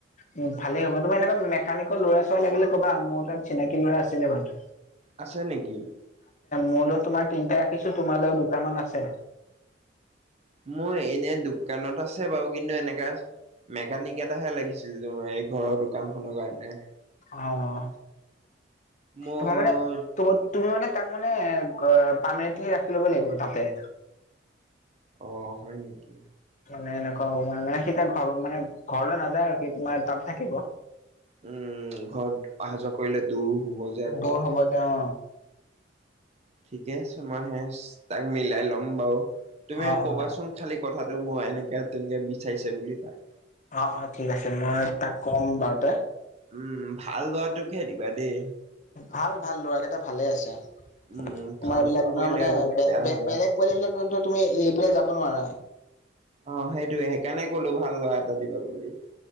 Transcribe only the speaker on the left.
উ ভালেই হ'ব। তোৰ এনেুৱা মেকানিকৰ ল'ৰা-চৰা লাগিলে ক'বা, মোৰ তাত চিনাকি ল'ৰা আছিলে ভাল
মোলৈ তোমাৰ তিনিটা ৰাখিছো, তোমালৈও দুটামান আছে।
অ',
তোমাৰ মানে তম তুমি মানে তাক মানে পাৰ্মেণ্টলি ৰাখি ল'ব লাগিব তাতে।
মানে এনেকুৱা হব মানে, সি তাৰ ঘৰ মানে ঘৰলৈ নাযায় আৰু কি তোমাৰ তাত থাকিব।
দূৰ হ'ব যে অ',
অ', অ',
অ ঠিক আছে মই তাক ক'ম বাৰুতে
ভাল ভাল ল'ৰা কেইটা ভালে আছে,
তোমাৰ
এইবলাক
নহয় মানে
বেলেগ পোৱালি বিলাক তু-তুমি এতিয়াই যাব নোৱাৰা।